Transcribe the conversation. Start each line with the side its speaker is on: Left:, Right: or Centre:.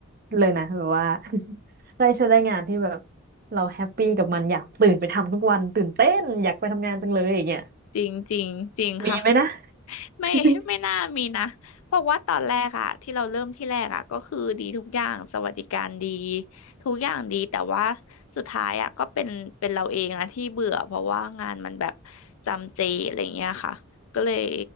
Right: เลยนะแบบว่า <laughs> ได้ใช้ได้งานที่แบบเราแฮปปี้กับมันอยากตื่นไปทำทุกวันตื่นเต้นอยากไปทำงานจังเลยอย่างเงี้ย
Left: จริงจริงจริงค่ะ
Right: มีไหมนะ
Left: ไม่ไม่น่ามีนะเพราะว่าตอนแรกอะที่เราเริ่มที่แรกอะก็คือดีทุกอย่างสวัสดิการดี
Right: <laughs>
Left: ทุกอย่างดีแต่ว่าสุดท้ายอะก็เป็นเป็นเราเองอะที่เบื่อเพราะว่างานมันแบบจำเจอะไรเงี้ยค่ะก็เลย